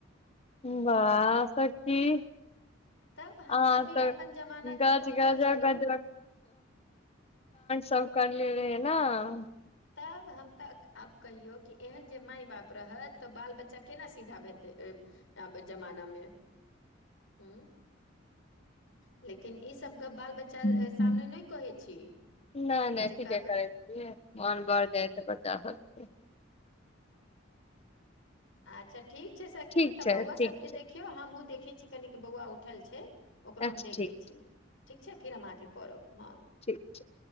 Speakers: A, on the left; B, on the left.
A: वाह सखी अहाँ
B: तब हमसभ भी
A: तऽ
B: अपन जमाना
A: गज
B: के पहुँचल
A: गाजा
B: छलहुँ
A: <unintelligible> कड सब करले रहिये नइ
B: तब हम तऽ आब कहियौ कि एहन जे माय बाप रहत तऽ बाल बच्चा केना सीधा भेतै अब जमानामे ह लेकिन ई सब गप बाल बच्चा
A: हूँ
B: सामने
A: हूँ
B: नहि कहै छी
A: नहि नहि
B: जेकहबै
A: ठीके करै मोन भढ़ जाए त बता सकत <unintelligible>
B: अच्छा ठीक छै सखी
A: ठीक
B: तऽ
A: छै
B: बौआ
A: ठीक
B: सबके
A: छै
B: देखी के हमहूँ देखै छी कनिक बौआ उठल छै ओकरो
A: अच्छा
B: हम देख
A: ठीक
B: लै छी ठीक छै फिर हम अहके करब हँ
A: ठीक छै